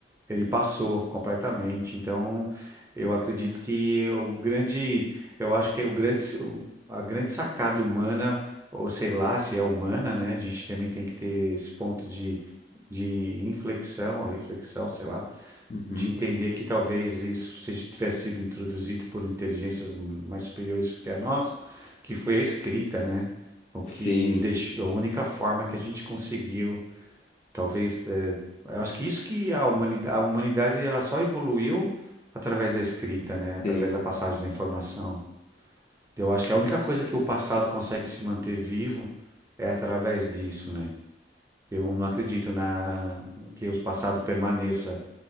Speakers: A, on the right; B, on the left.
A: Ele passou completamente. Então, eu acredito que o grande, eu acho que é o grande, o- a grande sacada humana, ou sei lá se é humana, né? A gente também tem que ter esse ponto de, de inflexão ou reflexão, sei lá,
B: Uhum.
A: de entender que talvez isso seja, tivesse sido introduzido por inteligências mais superiores que a nossa, que foi a escrita, né? O
B: Sim,
A: que deixou, a única forma que a gente conseguiu Talvez, eh, eu acho que isso que a humanidade, a humanidade ela só evoluiu através da escrita, né? Através
B: sim.
A: da passagem da informação. Eu acho que a única coisa que o passado consegue se manter vivo é através disso, né? Eu não acredito na que o passado permaneça,